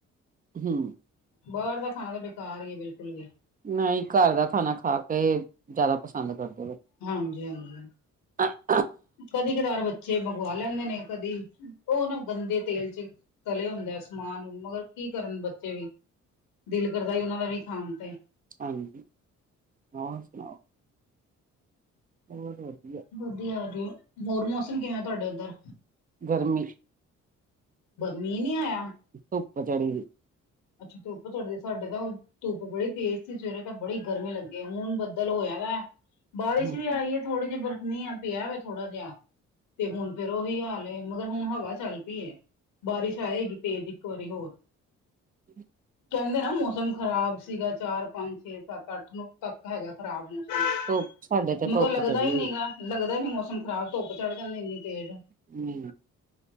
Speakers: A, on the right; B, on the left.
A: ਹਮ
B: ਬਰਡ ਦਾ ਖਾਣਾ ਤਾਂ ਬੇਕਾਰ ਹੀ ਹੈ ਬਿਲਕੁਲ ਵੀ
A: ਨਹੀਂ ਘਰ ਦਾ ਖਾਣਾ ਖਾ ਕੇ ਜ਼ਿਆਦਾ ਪਸੰਦ ਕਰਦਾ
B: ਹਾਂਜੀ ਹਾਂਜੀ
A: ਹੱ
B: ਕਦੀ ਕਤਾਰ ਬੱਚੇ ਮੰਗਵਾ ਲੈਂਦੇ ਨੇ ਕਦੀ ਉਹ ਨਾ ਗੰਦੇ ਤੇਲ ਚ ਤਲੇ ਹੁੰਦਾ ਸਮਾਨ ਨੂੰ ਮਗਰ ਕੀ ਕਰਨ ਬੱਚੇ ਵੀ ਦਿਲ ਕਰਦਾ ਸੀ ਉਹਨਾਂ ਦਾ ਵੀ ਖਾਣ ਤੇ
A: ਹਾਂਜੀ ਹੋਰ ਸੁਣਾਓ ਹੋ ਵਧੀਆ
B: ਵਧੀਆ ਵਧੀਆ ਹੋਰ ਮੌਸਮ ਕਿਵੇਂ ਤੁਹਾਡੇ ਉੱਧਰ
A: ਗਰਮੀ
B: ਮੀਂਹ ਨਹੀਂੀ ਆਇਆ
A: ਧੁੱਪ ਚੜੀ
B: ਅੱਛਾ ਤੇ ਉੱਪਰ ਚੜ ਸਾਡੇ ਤਾਂ ਧੁੱਪ ਬੜੀ ਤੇਜ਼ ਸੀ ਸਵੇਰੇ ਤਾਂ ਬੜੀ ਗਰਮੀ ਲੱਗੀ ਹੁਣ ਬੱਦਲ ਹੋਇਆ ਵਾ ਬਾਰਿਸ਼
A: ਹੂੰ
B: ਵੀ ਆਈ
A: ਹੂੰ
B: ਹੈ ਥੋੜੇ ਜਿਹੀ ਬਰਫ਼ਨੀ ਆ ਪਿਆ ਵ ਥੋੜਾ ਜਿਹਾ ਤੇ ਹੁਣ ਫੇਰ ਉਹੀ ਹਾਲ ਮਗਰ ਹੁਣ ਹਵਾ ਚੱਲ ਪਈ ਹੈ ਬਾਰਿਸ਼ ਆਏਗੀ ਤੇਜ਼ ਇੱਕ ਵਾਰੀ ਹੋਰ
A: ਹਮ
B: ਕਹਿੰਦੇ ਨਾ ਮੌਸਮ ਖ਼ਰਾਬ ਸੀਗਾ ਚਾਰ ਪੰਜ ਛੇ ਸੱਤ ਅੱਠ ਨੂੰ ਤੱਕ ਹੈਗਾ ਖ਼ਰਾਬ ਮੌਸਮ
A: ਧੁੱਪ ਸਾਡੇ ਤੇ
B: ਮਗਰ
A: ਧੁੱਪ
B: ਲੱਗਦਾ
A: ਚੜੀ
B: ਹੀ
A: ਹੋਈ
B: ਨਹੀਂੀ ਗਗਾ ਲੱਗਦਾ ਨਹੀਂ ਮੌਸਮ ਖਰਾਬ। ਧੁੱਪ ਚੜ, ਜਾਂਦੀ ਇੰਨੀ ਤੇਜ਼।
A: ਹੂੰ।